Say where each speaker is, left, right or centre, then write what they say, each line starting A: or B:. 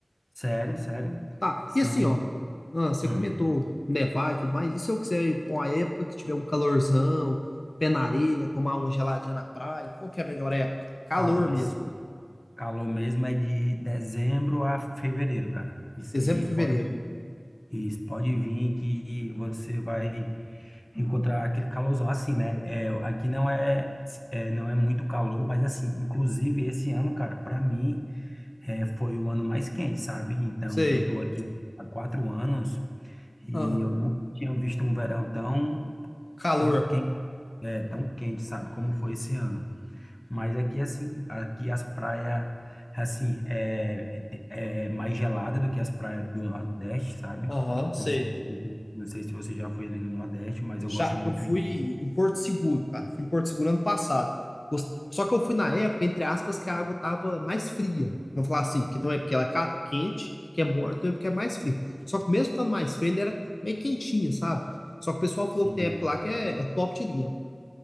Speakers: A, on the left; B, on the left.
A: Sério, sério.
B: Tá,
A: São.
B: e assim, ó, ah, você
A: Hum.
B: comentou nevar e tudo mais, e se eu quiser ir pra uma época que tiver um calorzão, pé na areia, tomar uma geladinha na praia, qual que é a melhor época? Calor
A: Ah,
B: mesmo.
A: esse calor mesmo é de dezembro a fevereiro, cara. Isso
B: Exemplo,
A: aí
B: fevereiro.
A: pode, isso pode vir que você vai encontrar aquele calorzão assim, né? É, aqui não é, é, não é muito calor, mas assim, inclusive esse ano, cara, para mim é, foi o ano mais quente, sabe? Então
B: Sei.
A: eu tô aqui há quatro anos e
B: Ah,
A: eu nunca tinha visto um verão tão,
B: calor.
A: tão quente, é, tão quente, sabe? Como foi esse ano. Mas aqui, assim, aqui as praias, assim, é, é mais gelada do que as praias do Nordeste, sabe?
B: Aham, sei.
A: Não sei, se- não sei se você já foi ali no Nordeste, mas eu
B: Já,
A: gosto muito
B: eu fui
A: de...
B: em Porto Seguro, cara. Fui em Porto Seguro ano passado. Gost- Só que eu fui na época, entre aspas, que a água tava mais fria. Vamos falar assim, porque tem uma época que ela é ca- quente, que é morta, tem uma época que é mais fria. Só que mesmo estando mais fria, ainda era meio quentinha, sabe? Só que o pessoal
A: Sim,
B: falou que tem época lá que é, é top de linha.